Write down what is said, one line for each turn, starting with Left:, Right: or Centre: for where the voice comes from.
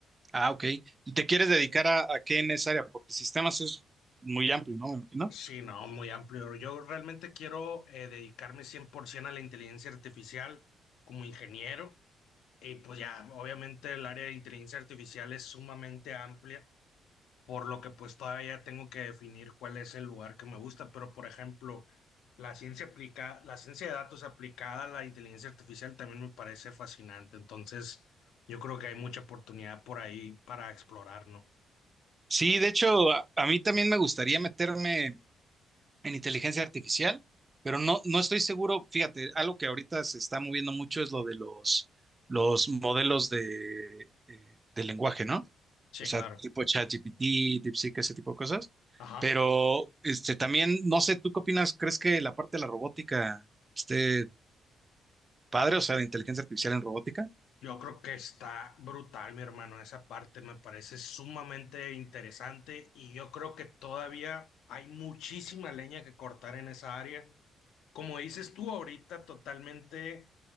Right: ah, ok, y te quieres dedicar a, a qué en esa área, porque sistemas es muy amplio, ¿no? Me imagino.
Left: Sí, no, muy amplio. Yo realmente quiero eh, dedicarme 100% a la inteligencia artificial como ingeniero. Y pues ya, obviamente el área de inteligencia artificial es sumamente amplia por lo que pues todavía tengo que definir cuál es el lugar que me gusta, pero por ejemplo, la ciencia aplica, la ciencia de datos aplicada a la inteligencia artificial también me parece fascinante, entonces yo creo que hay mucha oportunidad por ahí para explorar, ¿no?
Right: Sí, de hecho, a a mí también me gustaría meterme. en inteligencia artificial, pero no, no estoy seguro, fíjate, algo que ahorita se está moviendo mucho es lo de los, los modelos de, eh, de lenguaje, ¿no?
Left: Sí,
Right: O sea,
Left: claro.
Right: tipo ChatGPT, DeepSeek, ese tipo de cosas.
Left: Ajá.
Right: Pero este también, no sé, ¿tú qué opinas? ¿Crees que la parte de la robótica esté padre? O sea, de inteligencia artificial en robótica.
Left: Yo creo que está brutal, mi hermano. Esa parte me parece sumamente interesante y yo creo que todavía hay muchísima leña que cortar en esa área como dices tú ahorita, totalmente